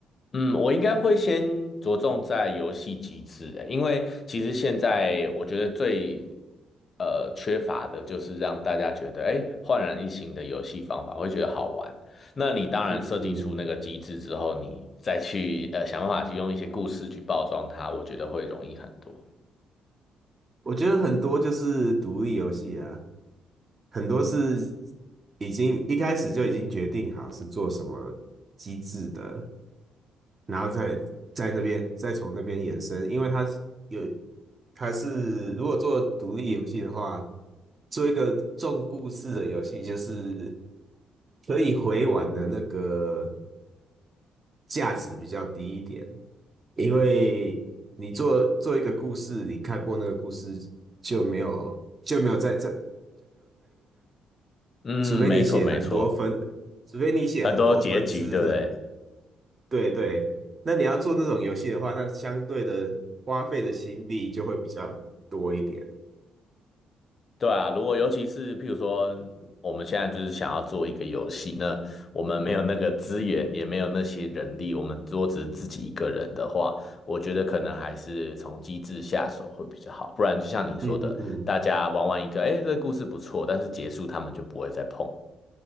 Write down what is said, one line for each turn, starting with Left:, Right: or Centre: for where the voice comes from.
Left: 嗯，我应该会先着重在游戏机制欸，因为其实现在我觉得最呃缺乏的就是让大家觉得哎焕然一新的游戏方法，会觉得好玩。那你当然设计出那个机制之后，
Right: 嗯嗯
Left: 你再去呃想办法去用一些故事去包装它，我觉得会容易很多。
Right: 我觉得很多就是独立游戏啊，很多是已经一开始就已经决定好是做什么机制的，然后再在那边再从那边延伸，因为它有它是如果做独立游戏的话，做一个重故事的游戏，就是可以回玩的那个价值比较低一点，因为你做做一个故事，你看过那个故事就没有就没有在这，
Left: 嗯，
Right: 除非你写很多分，
Left: 没错没错，
Right: 除非你写很多分支的，
Left: 很多结局，对不对？
Right: 对对。那你要做那种游戏的话，那相对的花费的心力就会比较多一点。
Left: 对啊，如果尤其是譬如说，我们现在就是想要做一个游戏，那我们没有那个资源，也没有那些人力，我们如果只是自己一个人的话，我觉得可能还是从机制下手会比较好。不然就像你说的，
Right: 嗯嗯嗯，
Left: 大家玩完一个，哎，这个故事不错，但是结束他们就不会再碰